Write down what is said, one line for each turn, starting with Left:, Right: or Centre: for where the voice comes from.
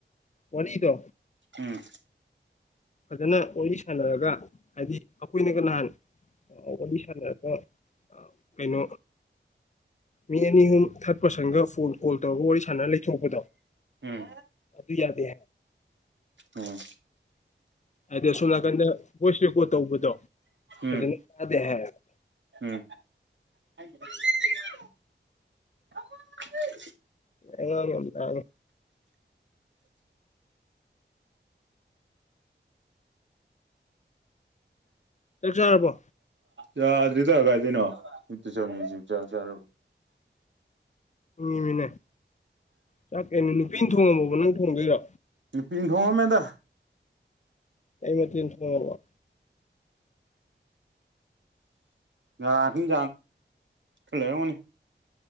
Left: ꯋꯥꯔꯤꯗꯣ
Right: ꯎꯝ
Left: ꯐꯖꯅ ꯋꯥꯔꯤ ꯁꯥꯟꯅꯔꯒ ꯍꯥꯏꯗꯤ ꯑꯩꯈꯣꯏꯅꯒ ꯅꯍꯥꯟ ꯋꯥꯔꯤ ꯁꯥꯟꯅꯔꯒ ꯀꯩꯅꯣ ꯃꯤ ꯑꯅꯤ ꯑꯍꯨꯝ ꯊꯥꯔꯠ ꯄꯥꯔꯁꯟꯒ ꯐꯣꯟ ꯀꯣꯜ ꯇꯧꯔꯒ ꯋꯥꯔꯤ ꯁꯥꯟꯅꯅ ꯂꯩꯊꯣꯛꯄꯗꯣ
Right: ꯎꯝ
Left: ꯑꯗꯨ ꯑꯗꯨ ꯌꯥꯗꯦ
Right: ꯑꯣ
Left: ꯍꯥꯏꯗꯤ ꯑꯁꯣꯝ ꯅꯥꯀꯟꯗ ꯚꯣꯏꯁ ꯔꯦꯀꯣꯔꯠ ꯇꯧꯕꯗꯣ ꯐꯖꯅ
Right: ꯎꯝ
Left: ꯇꯥꯗꯦ ꯍꯥꯏꯕ
Right: ꯎꯝ <unintelligible>
Left: ꯑꯉ ꯆꯥꯛ ꯆꯥꯔꯕꯣ
Right: ꯌꯥꯗ꯭ꯔꯤꯗ ꯀꯥꯏꯗꯣꯏꯅꯣ ꯃꯤꯃꯤꯠꯇ ꯆꯪꯉꯛꯏꯁꯤꯔ
Left: ꯏꯃꯤꯅꯦ ꯆꯥꯛꯀꯦꯅꯦ ꯅꯨꯄꯤꯅ ꯊꯣꯡꯉꯝꯃꯣꯕ ꯅꯪ ꯊꯣꯡꯗꯣꯏꯔꯣ
Right: ꯅꯨ ꯄꯤꯡ ꯊꯣꯡꯉꯃꯦꯗ
Left: ꯑꯩꯃꯁꯨꯣ
Right: ꯌꯥ ꯍꯅꯤ ꯊꯂꯦ ꯍꯅꯦ